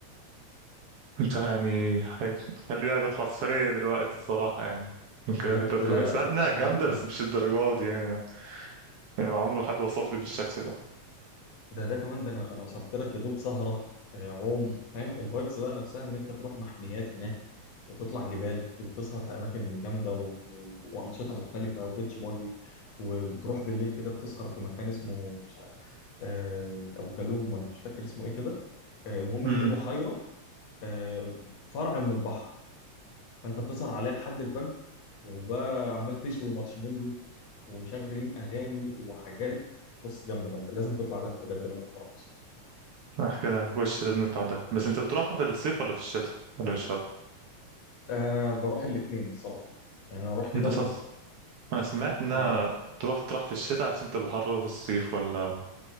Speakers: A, on the right; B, on the left.
A: أنت يعني حي- خليني قاعد أطلع سفرية دلوقتي الصراحة يعني من الكلام
B: بجد
A: اللي أنت قلته
B: لا
A: يعني
B: لا
A: سمعت إنها
B: ج-
A: جامدة
B: جامده
A: بس مش الدرجة دي يعني, يعني عمره ما حد وصف لي بالشكل ده
B: ده ده كمان ده انا انا وصفت لك يا دوب سهره آه، عوم فاهم الفايبس بقى نفسها ان انت تروح محميات هناك وتطلع جبال وبتسهر في اماكن جامده و... وانشطه مختلفه وبيتش باجي وبتروح بالليل كده بتسهر في مكان اسمه مش عارف آه، ابو جالوم ولا مش فاكر اسمه ايه كده آه، المهم
A: امم
B: ان دي بحيره آه، فرع من البحر فانت بتسهر عليها لحد الفجر وبقى عمال تشوي مارشميلو ومشغلين اغاني وحاجات بص جامده جامده لازم تطلع دهب بجد لو انت ما رحتش
A: صح كده وش لازم نطلع ده بس أنت بتروحها في الصيف ولا في الشتاء ولا في الشرق؟
B: انا بروح الاثنين الصراحه يعني انا رحت
A: من
B: ده
A: أساس
B: وده
A: أنا سمعت إنها
B: يعني
A: تروح تروح في الشتاء عشان تبقى حر أوي في الصيف ولا